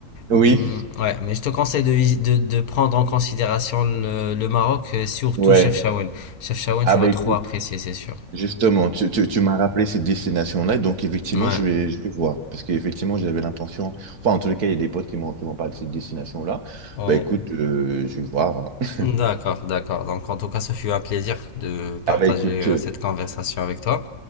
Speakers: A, on the right (about 85°); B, on the left (about 75°).
A: oui,
B: Hum, ouais, mais je te conseille de, visi- de de prendre en considération le, le Maroc et surtout
A: ouais.
B: Chefchaouen. Chefchaouen,
A: Ah
B: tu vas
A: bah
B: trop
A: écoute,
B: apprécier, c'est sûr.
A: justement, tu, tu, tu m'as rappelé cette destination-là, donc effectivement,
B: Ouais.
A: je vais, je vais voir, parce qu'effectivement, j'avais l'intention, enfin, en tous les cas, il y a des potes qui m'ont qui m'ont parlé de cette destination-là,
B: Ouais.
A: bah écoute, euh, je vais voir. hein.
B: D'accord, d'accord. Donc en tout cas, ce fut un plaisir de partager
A: Ah bah écoute,
B: euh,
A: euh,
B: cette conversation avec toi.